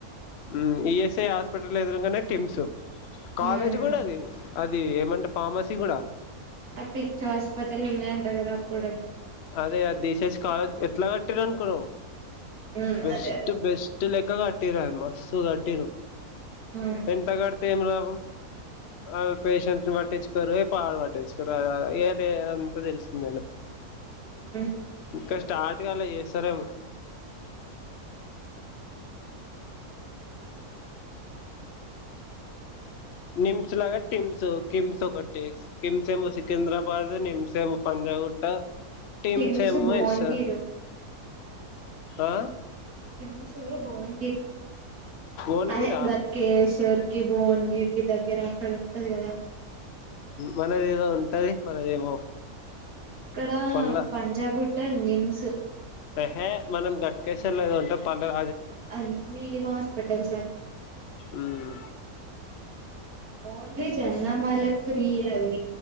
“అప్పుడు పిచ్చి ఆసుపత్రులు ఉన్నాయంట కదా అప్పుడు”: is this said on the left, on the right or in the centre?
Right